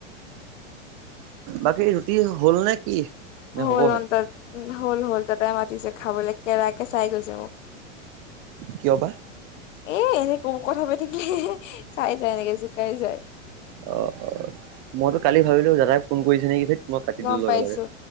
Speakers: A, on the right; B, on the left.
A: বাকী ৰুটি হ'ল নে কি? নে
B: হল
A: হ'বহে
B: অ' ত হল হল তাতে মাতিছে। খাবলৈ কেৰাকে চাই গৈছে মোক।
A: কিয় বা
B: এ এনেকো কথা পাই থাকিলে। চাই যায় এনেকে জোকাই যায়
A: অ' অ' মইতো কালি ভাবিলো দাদাই। ফোন কৰিছে নেকি? মই কাটি
B: গম
A: দিলো লগে
B: পাইছো
A: লগে